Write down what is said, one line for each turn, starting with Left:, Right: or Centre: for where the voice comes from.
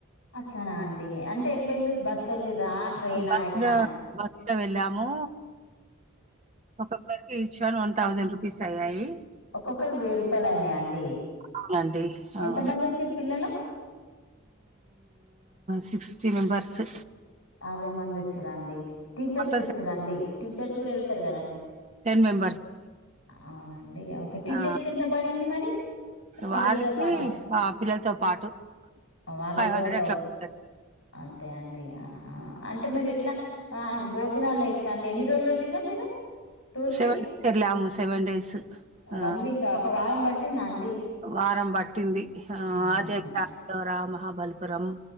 Left: అట్లనా అండి అంటే ఎట్లా వెళ్ళిరు బస్సు వెళ్ళిరా ట్రైనా
Right: బస్
Left: ఎట్లా
Right: లో
Left: అని
Right: బస్ లో వెళ్ళాము ఒకక్క each one one thousand rupees అయ్యాయి
Left: ఒక్కొక్కరికీ వెయ్యి రూపాయలు అయినాయా అండి
Right: అవునండి
Left: ఎంత
Right: ఆ
Left: మంది వచ్చారు పిల్లలు
Right: సిక్స్టీ మెంబర్స్
Left: అరవై మంది వచ్చిరండి టీచర్స్
Right: మొత్తం
Left: వచ్చి రండి టీచర్స్ కూడ వెళ్తారు కదండి
Right: టెన్ మేం
Left: అవునండి ఒకే టీచర్స్
Right: ఆ
Left: కి ఎంత పడింది మరి పిల్లలతో
Right: వారికి
Left: పాటు
Right: ఆ పిల్లలతో పాటు
Left: వాళ్ళకు
Right: ఫైవ్
Left: కూడా
Right: హండ్రెడ్
Left: థౌజండ్
Right: అట్ల పడ
Left: అంతే అండి ఆహా అంటే మీరు ఎట్లా భోజనాల్లో ఎట్లా అండి ఎన్ని రోజులు వెళ్ళిరు మీరు టూర్
Right: సెవెన్
Left: కి
Right: <unintelligible> సెవెన్ డేస్ ఆ
Left: వన్ వీకా ఒక వారం పట్టింద అం
Right: వారం పట్టింది ఆ
Left: అవునా
Right: <unintelligible> మహాబల్పురం